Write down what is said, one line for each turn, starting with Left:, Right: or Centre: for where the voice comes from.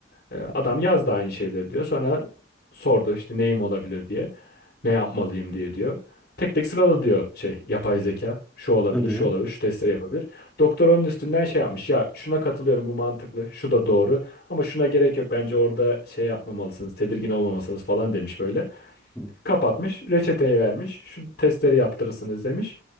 Left: Eee, adam yazdı aynı şeyleri diyor. Sonra sordu işte neyim olabilir diye. Ne yapmalıyım diye diyor. Tek tek sırala diyor şey yapay zeka. Şu olabilir,
Centre: Hadi
Left: şu
Centre: ya.
Left: olabilir, şu testleri yapabilir. Doktor onun üstünden şey yapmış. Ya şuna katılıyorum bu mantıklı, şu da doğru. Ama şuna gerek yok bence orada şey yapmamalısınız, tedirgin olmamalısınız falan demiş böyle.
Centre: Hı.
Left: Kapatmış, reçeteyi vermiş. Şu testleri yaptırırsınız demiş.